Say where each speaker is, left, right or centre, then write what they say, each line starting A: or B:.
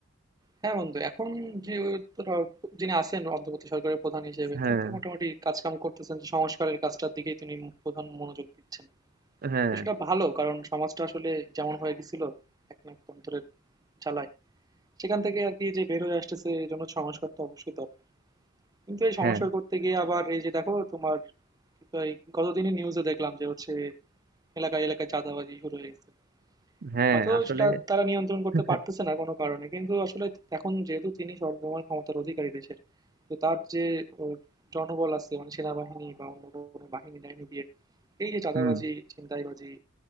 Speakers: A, on the right; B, on the right.
A: হ্যাঁ বন্ধু এখন যে ধরো যিনি আছেন অন্তর্বর্তী সরকারের প্রধান হিসেবে
B: হ্যাঁ
A: তিনি তো মোটামুটি কাজকাম করতেছেন যে সংস্কারের কাজটার দিকেই তিনি প্রধান মনোযোগ দিচ্ছেন
B: হ্যাঁ
A: তো সেটা ভালো কারণ সমাজটা আসলে যেমন হয়ে গেছিল এক নাকতন্ত্রের জ্বালায় সেখান থেকে আর কি যে বের হয়ে আসতেছে এই জন্য সংস্কার তো অবশ্যই দরকার কিন্তু এই
B: হ্যাঁ
A: সংস্কার করতে গিয়ে আবার এই যে দেখো তোমার এই গতদিনই নিউজে দেখলাম যে হচ্ছে এলাকায় এলাকায় চাঁদাবাজি শুরু হয়ে গেছে
B: হ্যাঁ
A: হয়তো
B: আসলে
A: সেটা তারা নিয়ন্ত্রণ করতে
B: <laughs>
A: পারতেছে না কোনো কারণে কিন্তু আসলে এখন যেহেতু তিনি সর্বময় ক্ষমতার অধিকারী দেশের তো তার যে ও, জনবল আছে মানে সেনাবাহিনী বা অন্য কোনো বাহিনী টাহিনী দিয়ে এই যে চাঁদাবাজি
B: হুম
A: ছিনতাইবাজি